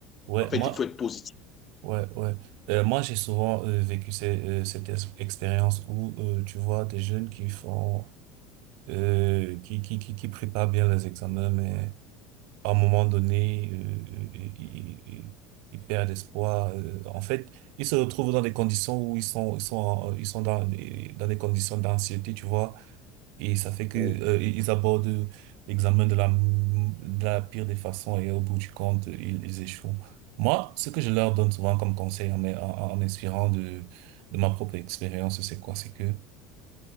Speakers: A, on the right; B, on the left.
A: ouais,
B: En fait,
A: moi,
B: il faut être positif.
A: ouais, ouais. Euh, moi, j'ai souvent euh, vécu ces- euh, cette ex- expérience où, euh, tu vois, des jeunes qui font, euh, qui, qui, qui, qui préparent bien les examens, mais à un moment donné, euh, ils, ils- ils- ils perdent espoir. euh, en fait, ils se retrouvent dans des conditions où ils sont, ils sont, en- euh, ils sont dans, des- dans des conditions d'anxiété, tu vois. Et ça fait que,
B: Oui,
A: euh, ils abordent l'examen de la, m- de la pire des façons et au bout du compte, ils, ils échouent. Moi, ce que je leur donne souvent comme conseil en, en, en inspirant de, de ma propre expérience, c'est quoi? C'est que